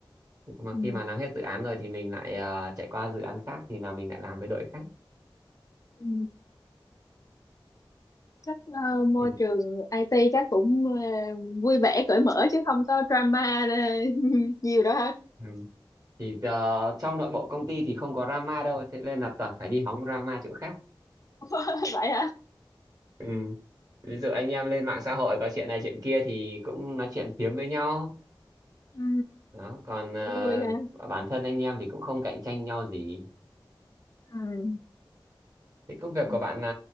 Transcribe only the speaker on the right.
nhưng mà
khi mà làm hết dự án rồi thì mình lại ờ, chạy qua dự án khác thì là mình lại làm với đội khác
thì,
ừ. thì ờ, trong nội bộ công ty thì không có drama đâu thế nên là toàn phải đi hóng drama chỗ khác
ừ. ví dụ anh em lên mạng xã hội có chuyện này chuyện kia thì cũng nói chuyện phiếm với nhau
đó còn ờ,
bản thân anh em thì cũng không cạnh tranh nhau gì
thế công việc
của bạn là